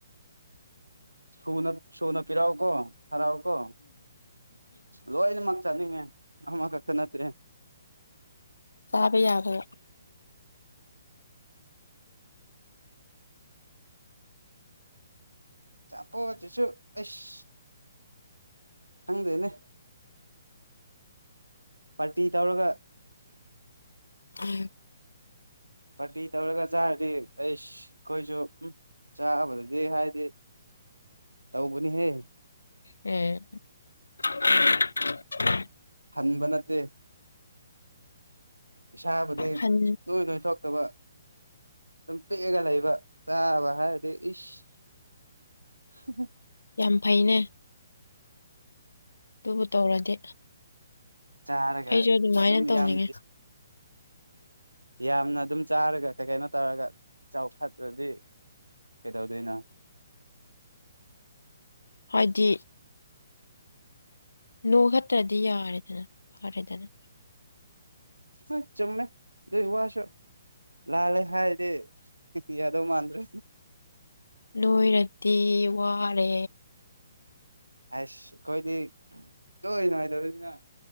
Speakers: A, on the right; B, on the left.
A: ꯁꯅ ꯁꯨꯅ ꯄꯤꯔꯑꯣ ꯀꯣ ꯍꯔꯥꯎꯀꯣ ꯂꯣꯏꯅꯃꯛ ꯆꯠꯅꯤꯡꯉꯦ ꯑꯃꯈꯛꯇ ꯅꯠꯇ꯭ꯔꯦ
B: ꯆꯥꯕ ꯌꯥꯕ
A: ꯆꯥꯄꯣꯆꯦ ꯁ ꯑꯁ ꯍꯪꯗꯦꯅꯦ ꯄꯥꯔꯇꯤ ꯇꯧꯔꯒ
B: ꯎꯝ
A: ꯄꯥꯔꯇꯤ ꯇꯧꯔꯒ ꯆꯥꯔꯗꯤ ꯑꯩꯁ ꯑꯩꯈꯣꯏꯁꯨ ꯎ ꯆꯥꯕꯗꯗꯤ ꯇꯧꯕꯅꯤ ꯍꯦ
B: ꯎꯝ <unintelligible>
A: ꯍꯟꯕ ꯅꯠꯇꯦ ꯏꯁꯥꯕꯨꯗꯤ
B: ꯍꯟ
A: ꯁꯨ ꯅꯣꯏ ꯅꯣꯏ ꯊꯣꯛꯇꯕ ꯄꯦꯒ ꯂꯩ ꯂꯩꯕ ꯆꯥꯕ ꯍꯥꯏꯗꯤ ꯏꯁ ꯍ <unintelligible>
B: ꯌꯥꯝ ꯐꯩꯅꯦ ꯑꯗꯨꯕꯨ ꯇꯧꯔꯗꯤ
A: ꯆꯥꯔꯒ
B: ꯑꯩꯁꯨ ꯑꯗꯨꯃꯥꯏꯅ
A: ꯑꯗꯨꯝ
B: ꯇꯧꯅꯤꯡꯉꯦ
A: ꯌꯥꯝ ꯌꯥꯝꯅ ꯑꯗꯨꯝ ꯆꯥꯔꯒ ꯀꯩ ꯀꯩꯅꯣ ꯇꯧꯔꯒ ꯆꯥꯎ ꯐꯄ꯭ꯔꯗꯤ ꯀꯩꯗꯧꯗꯣꯏꯅ
B: ꯍꯣꯏꯗꯤ ꯅꯣꯡ ꯈꯠꯇ꯭ꯔꯗꯤ ꯌꯥꯔꯦꯗꯅ ꯐꯔꯦꯗꯅ
A: ꯍ ꯆꯃꯦ ꯋꯥꯁ ꯂꯥꯜꯂꯦ ꯍꯥꯏꯔꯗꯤ ꯌꯥꯗꯧ ꯃꯥꯟꯗ꯭ꯔꯦ
B: ꯂꯣꯏꯔꯗꯤ ꯋꯥꯔꯦ
A: ꯑꯁ ꯀꯣꯏꯗꯤ ꯂꯣꯏ ꯅꯥꯏꯗꯧꯔꯤꯅꯤꯅ